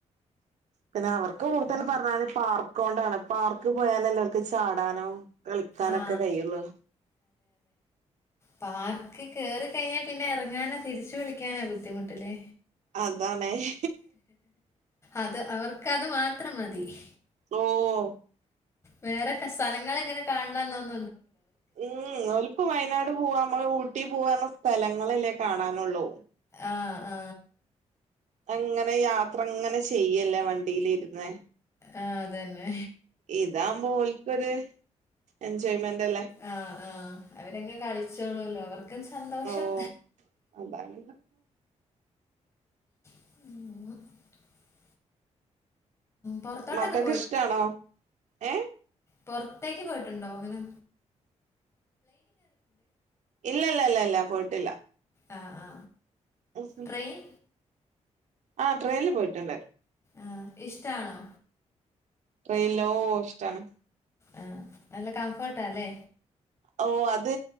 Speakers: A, on the right; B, on the left.
A: പിന്നെ അവർക്ക് കൂടുതൽ പറഞ്ഞാല് പാർക്ക് കൊണ്ടാണ് പാർക്ക് പോയാലേ ഒൽക്ക്ചാടാനും കളിക്കാനൊക്കെ
B: ആ
A: കഴിയൂള്ളു
B: പാർക്കി കേറി കഴിഞ്ഞാ പിന്നെ എറങ്ങാനും തിരിച്ചു വിളിക്കാനാ ബുദ്ധിമുട്ടില്ലേ
A: അതാണേയ്
B: അത് അവർക്കത് മാത്രം മതി തി
A: ഓഹ്
B: വേറെ സ്ഥലങ്ങള് എങ്ങനെ കാണാ <unintelligible>
A: ഉം <unintelligible> വയനാട് പൂവാം ഊട്ടി പോവാന്ന് സ്ഥലങ്ങളല്ലേ കാണാനുള്ളൂ
B: ആ ആ
A: അങ്ങനെ യാത്ര ചെയ്യല്ലേ വണ്ടിലിരുന്ന്
B: ആ അതന്നെ
A: ഇതാകുമ്പോ ഓൾക്കൊരു എൻജോയ്മെന്റ് <unintelligible>
B: ആ ആ അവരങ്ങ് കളിച്ചോളൂല്ലോ അവർക്കും സന്തോഷം
A: ഓ അതാണ്
B: ഉം പുറത്തോട്ടൊക്കെ
A: മക്കക്ക്‌ ഇഷ്ടാണോ ഏ-
B: പൊറത്തേക്ക് പോയിട്ടുണ്ടോ അങ്ങനാ
A: ഇല്ല ഇല്ല ല്ല ഇല്ല പോയിട്ടില്ല
B: ആ ആ
A: <unintelligible>
B: ട്രെയിൻ
A: ആ ട്രെയിനിൽ പോയിട്ടുഉണ്ട്
B: ആ ഇഷ്ടാണോ
A: ട്രയിലോ ഓ ഇഷ്ടാണ്
B: ആ നല്ല കംഫർട്ടാല്ലേ
A: ഓ അത്